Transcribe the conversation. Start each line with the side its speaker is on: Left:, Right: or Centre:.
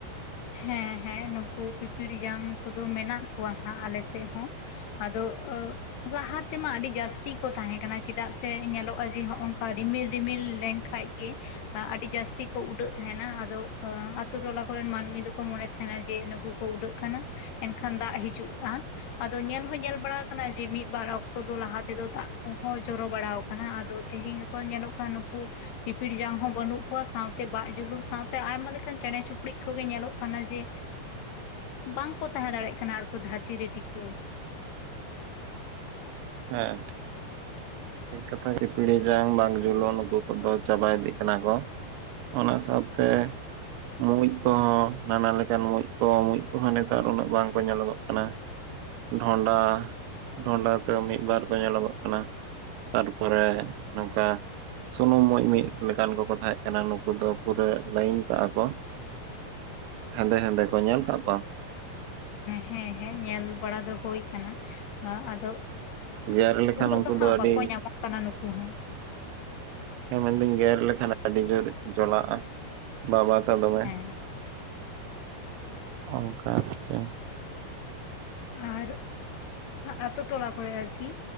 Left: ᱦᱮᱸ ᱦᱮᱸ ᱱᱩᱠᱩ ᱯᱤᱯᱤᱲᱤ ᱡᱟᱝ ᱠᱚᱫᱚ ᱢᱮᱱᱟᱜ ᱠᱚᱣᱟ ᱦᱟᱸᱜ ᱟᱞᱮ ᱥᱮᱫ ᱦᱚᱸ ᱾ ᱟᱫᱚᱼᱼ <unintelligible> ᱞᱟᱦᱟ ᱛᱮᱢᱟ ᱟᱹᱰᱤ ᱡᱟᱹᱥᱛᱤ ᱠᱚ ᱛᱟᱦᱮᱸ ᱠᱟᱱᱟ ᱪᱮᱫᱟᱜ ᱥᱮ ᱧᱮᱞᱚᱜᱼᱟ ᱡᱮ ᱦᱚᱝᱠᱟ ᱨᱤᱢᱤᱞ ᱨᱤᱢᱤᱞᱼᱼ ᱞᱮ ᱠᱷᱟᱡᱽ ᱜᱮ ᱟᱹᱰᱤ ᱡᱟᱥᱛᱤ ᱠᱚ ᱩᱰᱟᱹᱜ ᱛᱟᱦᱮᱱᱟ ᱟᱫᱚ ᱟᱹᱛᱩ ᱴᱚᱞᱟ ᱠᱚᱨᱮᱱ ᱢᱟᱹᱱᱢᱤ ᱫᱚᱼᱼ ᱩᱱ ᱠᱚ ᱢᱚᱱᱮ ᱛᱟᱦᱮᱱᱟ ᱡᱮ ᱱᱩᱠᱩ ᱠᱚ ᱩᱰᱟᱹᱜ ᱠᱟᱱᱟ ᱮᱱᱠᱷᱟᱱ ᱫᱟᱜ ᱦᱤᱡᱩᱜᱼᱟ, ᱾ ᱟᱫᱚ ᱧᱮᱞ ᱦᱚᱸ ᱧᱮᱞ ᱵᱟᱲᱟ ᱟᱠᱟᱱᱟ ᱡᱮ ᱢᱤᱫᱵᱟᱨ ᱚᱠᱛᱚ ᱫᱚ ᱞᱟᱦᱟ ᱛᱮᱫᱚ ᱫᱟᱜ ᱠᱚᱦᱚᱸ ᱡᱚᱨᱚ ᱵᱟᱲᱟ ᱟᱠᱟᱱᱟ ᱟᱫᱚ ᱛᱮᱦᱮᱱ ᱜᱟᱼᱼ ᱠᱚ ᱧᱮᱞᱚᱜ ᱠᱟᱱᱟ ᱱᱩᱠᱩᱼᱼ ᱯᱤᱯᱤᱲ ᱡᱟᱝ ᱦᱚᱸ ᱵᱟᱹᱱᱩᱜ ᱠᱚᱣᱟ ᱥᱟᱶᱛᱮ ᱵᱟᱜᱽ ᱡᱩᱞᱩᱝ ᱥᱟᱶᱛᱮ ᱟᱭᱢᱟ ᱞᱮᱠᱟᱱ ᱪᱮᱬᱮ ᱪᱤᱯᱲᱩᱡ ᱠᱚᱜᱮ ᱧᱮᱞᱚᱜᱼᱼ ᱠᱟᱱᱟ ᱡᱮ ᱵᱟᱝᱠᱚ ᱛᱟᱦᱮᱸ ᱫᱟᱲᱮᱭᱟᱜ ᱠᱟᱱᱟ ᱟᱨ ᱫᱷᱟᱹᱨᱛᱤ ᱨᱮ ᱴᱤᱠᱟᱹᱣ ᱾
Right: ᱦᱮᱸ ᱴᱷᱤᱠ ᱠᱟᱛᱷᱟ ᱯᱤᱯᱤᱲ ᱡᱟᱝ ᱵᱟᱜᱽ ᱡᱩᱞᱩᱝ ᱱᱩᱠᱩ ᱠᱚᱫᱚ ᱪᱟᱵᱟ ᱤᱫᱤᱜ ᱠᱟᱱᱟ ᱠᱚᱼᱼ ᱚᱱᱟ ᱥᱟᱶᱛᱮᱼᱼ ᱢᱩᱸᱡ ᱠᱚᱦᱚᱸ ᱱᱟᱱᱟ ᱞᱮᱠᱟᱱ ᱢᱩᱡ ᱠᱚ ᱢᱩᱸᱡ ᱠᱚᱦᱚᱸ ᱱᱮᱛᱟᱨ ᱩᱱᱟᱹᱜ ᱵᱟᱝ ᱠᱚ ᱧᱮᱞᱚᱜᱚᱜ ᱠᱟᱱᱟ ᱾ ᱰᱚᱸᱰᱟ ᱰᱚᱸᱰᱟ ᱛᱮ ᱢᱤᱫ ᱵᱟᱨ ᱠᱚ ᱧᱮᱞᱚᱜᱚᱜ ᱠᱟᱱᱟ ᱾ ᱛᱟᱨᱯᱚᱨᱮ ᱱᱚᱝᱠᱟᱼᱼ ᱥᱩᱱᱩᱢ ᱢᱩᱡ ᱢᱤᱫ ᱞᱮᱠᱟᱱ ᱠᱚᱠᱚ ᱛᱟᱦᱮᱸ ᱠᱟᱱᱟ ᱱᱩᱠᱩ ᱫᱚ ᱯᱩᱨᱟᱹ ᱞᱟᱹᱭᱤᱱ ᱠᱟᱜᱼᱟ ᱠᱚ ᱾ ᱦᱮᱸᱫᱮ ᱦᱮᱸᱫᱮ ᱠᱚ ᱧᱮᱞ ᱟᱠᱟᱫ ᱠᱚᱣᱟᱢ?
Left: ᱦᱮᱸ ᱦᱮᱸ ᱧᱮᱞ ᱵᱟᱲᱟ ᱫᱚ ᱦᱳᱭ ᱟᱠᱟᱱᱟ ᱟᱫᱚᱼᱼ
Right: ᱜᱮᱨ ᱞᱮᱠᱷᱟᱱ
Left: ᱩᱱᱟᱹᱜ
Right: ᱩᱱᱠᱩ
Left: ᱫᱚ ᱦᱟᱸᱜ
Right: ᱟᱹᱰᱤ
Left: ᱵᱟᱠᱚ ᱧᱟᱢᱚᱜ ᱠᱟᱱᱟ ᱱᱩᱠᱩ ᱦᱚᱸ ᱾
Right: ᱦᱮᱸ ᱢᱮᱱᱫᱟᱹᱧ ᱜᱮᱨ ᱞᱮᱠᱷᱟᱱ ᱟᱹᱰᱤ ᱡᱳᱨ ᱡᱚᱞᱟᱜᱼᱟ᱾ ᱵᱟᱵᱟ ᱛᱟ ᱫᱚᱢᱮ
Left: ᱦᱮᱸ
Right: ᱚᱱᱠᱟ <unintelligible>
Left: ᱟᱨ ᱟᱛᱳ ᱴᱚᱞᱟ ᱠᱚᱨᱮ ᱟᱨᱠᱤ